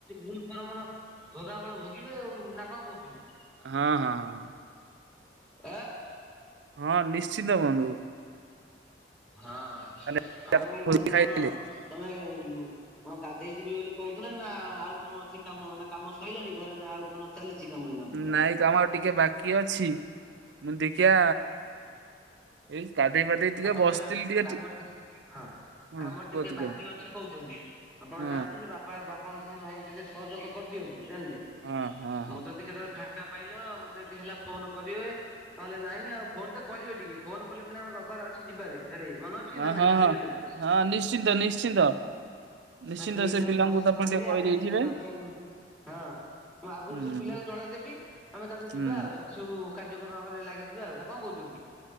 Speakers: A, in the centre; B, on the right.
A: ଭୁଲ କର୍ମର ଭୋଗା ଫଳ ଭୋଗିବେ ଆଉ ନା କଣ କହୁଚନ୍ତି।
B: ହଁ-ହଁ-ହଁ।
A: ଆଁ।
B: ହଁ ନିଶ୍ଚିନ୍ତ ବନ୍ଧୁ।
A: ହଁ
B: ତାହେଲେ
A: ଆଉ ବନ୍ଧୁ
B: ଖାଇଲେ
A: କଣ ତମେ କଣ ଗାଧେଇ ଯିବେ ବୋଲି କହୁଥିଲେ ନା ଆଉ କଣ ଅଛି କାମ ନା କାମ ସରିଲାଣି ଘରେ ନା ଆଉ କଣ ଚାଲିଚି କାମ ଏଇନା ଅଧିକା।
B: ନାଇଁ କାମ ଆଉ ଟିକେ ବାକି ଅଛି ମୁଁ ଦେଖିିଆ ଏଇ ଗାଧେଇ ପାଧେଇ ଟିକେ
A: ଆଉ ତମେ
B: ବସଥିଲି ଟିକେ
A: କାମ ଟି ହଁ
B: ହଁ
A: କାମ ଟିକେ
B: କୁହ ତୁ
A: ବାକି
B: କୁହ
A: ଅଛି କହୁଚନ୍ତି ଆପଣ
B: ହଁ
A: ଯାଆନ୍ତୁ ଯେ ବା ବାପା ବାପାଙ୍କ ସାଙ୍ଗରେ ଭାଇ ସହଯୋଗ କରିଦିଅନ୍ତୁ ଜାଣିଲେ
B: ହଁ ହଁ ହଁ
A: ମତେ ଯଦି କେତେବେଳେ ଫାଙ୍କା ପାଇଲ ମତେ ଯଦି ହେଲା ଫୋନ କରିବେ ନହେଲେ ନାଇଁ ଆଉ। ଫୋନ ତ କରିବେ ଟିକେ ଫୋନ କଲେ ପୁଣି ଆମେ ରବବାର ଅଛି ଯିବାରେ ସାଡେ ମନ ଅଛି
B: ହଁ-ହଁ-ହଁ-ହଁ
A: ନା ନାଇଁ ଭୁଲିଗଲେଣି।
B: ନିଶ୍ଚିନ୍ତ ନିଶ୍ଚିନ୍ତ। ନିଶ୍ଚିନ୍ତ
A: ହଁ ସେଇ ହିସାବରେ
B: ସେ ପିଲାଙ୍କୁ
A: ପ୍ରସ୍ତୁତ
B: ତ ଆପଣ
A: ରହିବେ
B: ଟିକେ କହିଦେଇଥିବେ
A: ଆମେ ଯିବା ପାଇଁ ହଁ ମୁଁ ଆଗରୁ
B: ହୁଁ
A: ସେ ପିଲାକୁ ଜଣେଇଦେବି ଆମେ ତାପରେ
B: ହୁଁ
A: ଯିବା ଆଉ ସେ ସବୁ କାର୍ଯ୍ୟକ୍ରମ ଆମରେ ଲାଗିଯିବା ଆଉ କଣ କହୁଛନ୍ତି।